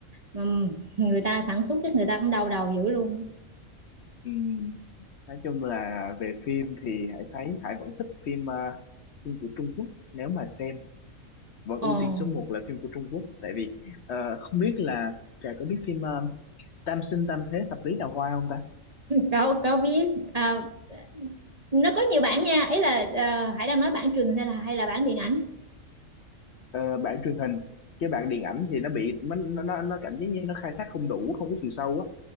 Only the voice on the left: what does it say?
ừ, nói chung là về phim thì Hải thấy Hải vẫn thích phim ờ, phim của Trung Quốc nếu mà xem vẫn
ưu tiên số một là phim của Trung Quốc tại vì ờ, không biết là Trà có biết phim ờ, Tam sinh tam thế thập lý đào hoa không ta
Ờ, bản truyền hình chứ bản điện ảnh thì nó bị nó nó nó nó cảm giác như nó khai thác không đủ không có chiều sâu á